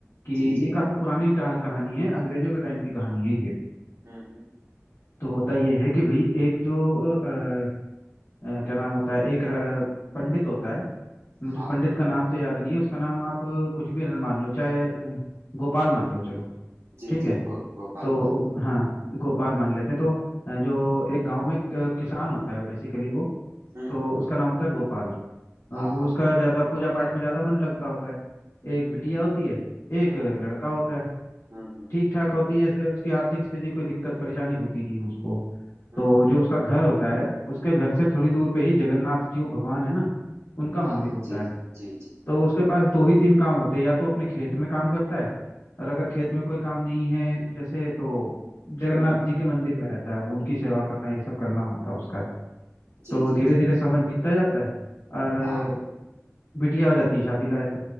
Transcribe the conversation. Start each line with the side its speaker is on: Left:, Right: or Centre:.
Left: कि
Right: जी जी
Left: ये काफी पुरानी टा- कहानी है अंग्रेजों के टाइम की कहानी है ये
Right: हम्म हम्म
Left: तो होता ये है कि भाई एक जो अ, अ, क्या नाम होता है एक अ, पंडित होता है मुझे
Right: हाँ
Left: उस पंडित का नाम तो याद नहीं है उसका नाम आप अ, कुछ भी मान लो चाहे अ, गोपाल मान लो चलो
Right: जी
Left: ठीक
Right: जी
Left: है
Right: गो, गोपाल
Left: तो
Right: माली
Left: हाँ गोपाल मान लेते हैं तो अ, जो एक गांव में एक, अ, किसान होता है बेसिकली वो
Right: हम्म
Left: तो
Right: हम्म
Left: उसका नाम होता है गोपाल
Right: हाँ
Left: और वो
Right: हाँ
Left: उसका ज्यादा पूजा पाठ में ज्यादा मन लगता होता है एक बिटिया होती है एक लड़का होता है
Right: हम्म हम्म
Left: ठीक ठाक होती है जैसे उसकी आर्थिक स्थिति कोई दिक्कत परेशानी होती नहीं है उसको
Right: हम्म
Left: तो
Right: हम्म
Left: जो उसका घर होता है उसके घर से थोड़ी दूर पे ही जगन्नाथ जी वो भगवान है ना उनका मंदिर
Right: हाँ हाँ
Left: होता
Right: जी जी
Left: है
Right: जी जी
Left: तो उसके पास दो ही तीन काम होते हैं या तो अपने खेत में काम करता है और अगर
Right: हम्म हम्म
Left: खेत में कोई काम नहीं है जैसे तो जगन्नाथ
Right: हम्म हम्म
Left: जी
Right: हम्म।
Left: के मंदिर में रहता है वो उनकी सेवा करना ये सब करना होता है उसका
Right: जी
Left: तो
Right: जी
Left: धीरे
Right: जी
Left: धीरे समय बीतता जाता है और
Right: हाँ
Left: बिटिया हो जाती है शादी लायक